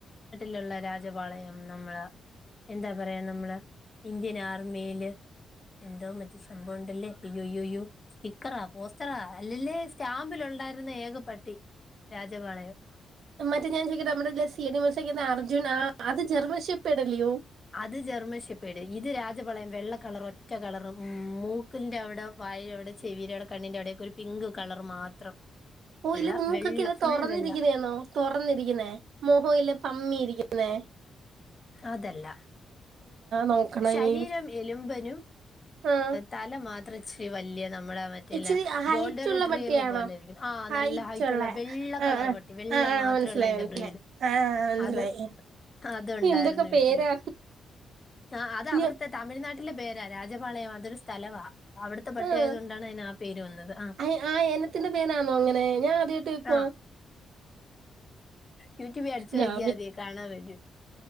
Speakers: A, on the left; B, on the right.
A: ലുള്ള രാജപാളയം നമ്മള് എന്താ പറയാ നമ്മള് ഇന്ത്യൻ ആർമിയില് എന്തോ മറ്റു സംഭവം ഉണ്ടല്ലേ ഇയ്യോ ഇയ്യോ ഇയ്യോ സ്റ്റിക്കറാ പോസ്റ്ററാ അല്ലല്ലേ സ്റ്റാമ്പിലൊണ്ടായി രുന്ന ഏകപട്ടി രാജപാളയം
B: മറ്റേ ഞാൻ ചോദിക്കട്ടെ നമ്മടെല്ല സീ ഐ ഡി മൂസക്കാതെ അർജുൻ ആ അത് ജർമൻ ഷേപ്പേർഡ് അല്ലിയോ
A: അത് ജെർമ്മൻഷിപ്പേട് ഇത് രാജപളയം വെള്ളക്കളർ ഒ ഒറ്റ കളർ മൂ മൂക്കിന്റെ അവിടെ വായിൽ അവിടെ ചെവിയില അവിടെ കണ്ണിന്റെ അവിടെക്കെ ഒരു പിങ്ക് കളർ മാത്രം
B: ഓ
A: ഉള്ള
B: ഇല്ല മൂക്കൊക്കെ
A: വെള്ള
B: ഇല്ല
A: ഫുൾ
B: തൊറന്നിരിക്കണയാണോ
A: വെള്ള
B: തൊറന്നിരിക്കുന്നേ മൊഹോ ഇല്ലെ പമ്മിയിരിക് ന്നെ
A: അതല്ല
B: നോക്കണം
A: ശരീരം
B: ഇനി
A: എലുമമ്പനും
B: ആഹ്
A: തല മാത്രം ച്ചിരി വല്ലിയത മറ്റേ
B: ഇച്ചിരി
A: ല്ലഗോൾഡറട്ടറിക്ക
B: ഹൈറ്റ് ഉള്ള പട്ടിയാണോ
A: പോലിരിക്കുന്ന ആ
B: ഹൈറ്റ്
A: നല്ല ഹൈ റ്റുള്ള
B: ഉള്ള
A: വെള്ള
B: ആ
A: കളർ
B: ആ
A: പട്ടി വെള്ള
B: ആ
A: വിടെ
B: ആ
A: മാത്രള്ളൂതിന്റെ
B: മനസ്സിലായി മനസ്സിലായി
A: ബ്രീഡ്
B: ആ ആ, മനസ്സിലായി
A: അത് അതുണ്ടായിരുന്നു.
B: എന്തൊക്കെ പേരാ
A: വീട്ടില് ആ അത് അവടുത്തെ
B: ഞ-
A: തമിഴ്നാട്ടിലെ പേരാ രാജപളയം അതൊരു സ്ഥലവാ അവിടുത്തെ പട്ടിയായത്
B: ആ
A: കൊണ്ടാണ് അതിന് പേര് വന്നത്. ആഹ്
B: ആ ഇനത്തിന്റെ പേരാണോ അങ്ങനെ ഞാൻ അദ്യയിട്ട് കേ ക്കുവ
A: ആഹ് യൂട്യൂബിൽ അടച്ച്നോക്കിയാതി
B: ഞാൻ
A: കാണാൻ പറ്റൂ